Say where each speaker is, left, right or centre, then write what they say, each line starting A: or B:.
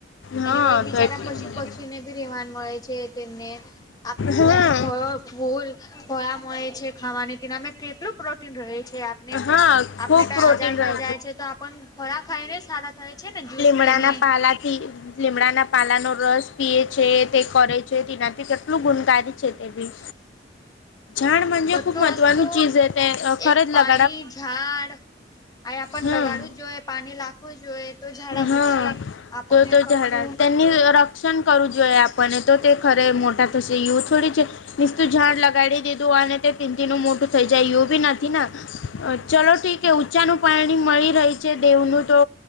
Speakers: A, on the left (about 85°); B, on the left (about 20°).
A: હા
B: એની વય બિચારા
A: તો એટલે
B: પશુ પક્ષીને બી રહેવાન મળે છે, તેમને આપણે
A: હા
B: તેનાથી ફળ ફૂલ ભળ મળે છે, ખાવાની તેનામાં કેટલું પ્રોટીન રહે છે. આપને
A: હા ખૂબ
B: કઈ
A: પ્રોટીન
B: આજાર થઈ
A: રહે
B: જાય છે, તો આપણ ખળા ખાઈને સારા થાય છે, ને જ્યુસ
A: ડાના
B: પીને
A: પાલા થી લીમડાના પાલાનો રસ પીએ છે તે કરે છે, તેનાથી કેટલું ગુણકારી છે, તે ભી
B: <inaudible>
A: ાડજે
B: બધું
A: ખુબ મહત્વનું
B: વસ્તુ
A: ચીજ હે તે ખર
B: એ
A: જ લાગ <unintelligible>
B: ઝાડ આ આપ
A: હમ
B: લગાડવા જ જોઈએ પાણી નાખવું જોઈએ તો ઝાડા
A: હા
B: ઊગશે આપણ
A: તો તો
B: એ કરશું
A: ઝાડા રક્ષણ કરવું જોઈએ આપણને તો તે ખરે મોટા થશે એવું થોડી છે. મસ્તું ઝાડ લગાડી દીધું અને તે પિનતીનુ મોટું થઇ જાય એવું બી નથી ને ચલો ઠીકે ઊંચાનું પાણી મળી રહી છે દેવનું તો